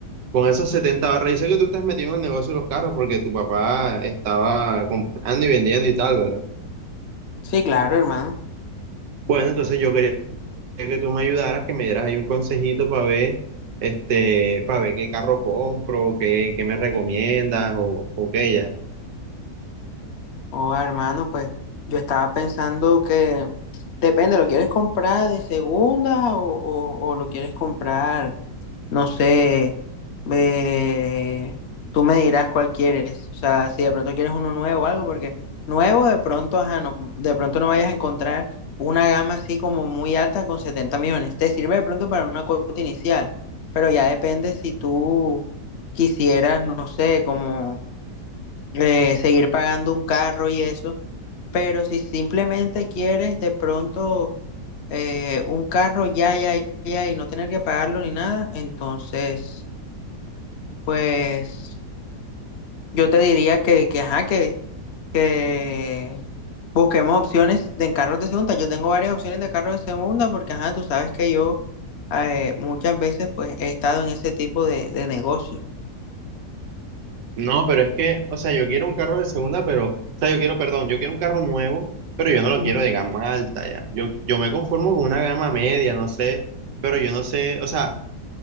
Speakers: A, on the right; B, on the left.
A: con esos 70 barras, yo sé que tú estás metido en el negocio de los carros porque tu papá estaba comprando y vendiendo y tal, ¿verdad?
B: Sí, claro, hermano.
A: Bueno, entonces yo quería que tú me ayudaras, que me dieras ahí un consejito para ver, este, para ver qué carro compro, qué, qué me recomiendas o, o qué ya.
B: O hermano, pues yo estaba pensando que depende, ¿lo quieres comprar de segunda o, o- o lo quieres comprar No sé, eh, tú me dirás cuál quieres. O sea, si de pronto quieres uno nuevo o algo, porque nuevo de pronto, ajá, no, de pronto no vayas a encontrar una gama así como muy alta con 70 millones. Te sirve de pronto para una cuota inicial, pero ya depende si tú quisieras, no sé, como eh, seguir pagando un carro y eso. Pero si simplemente quieres de pronto eh, un carro ya, ya, ya y no tener que pagarlo ni nada, entonces... Pues yo te diría que, que ajá, que, que busquemos opciones de en carros de segunda. Yo tengo varias opciones de carros de segunda porque, ajá, tú sabes que yo eh, muchas veces pues he estado en ese tipo de, de negocio.
A: No, pero es que, o sea, yo quiero un carro de segunda, pero, o sea, yo quiero, perdón, yo quiero un carro nuevo, pero yo no lo
B: Ujú.
A: quiero de gama alta ya. Yo, yo me conformo con una gama media, no sé, pero yo no sé, o sea,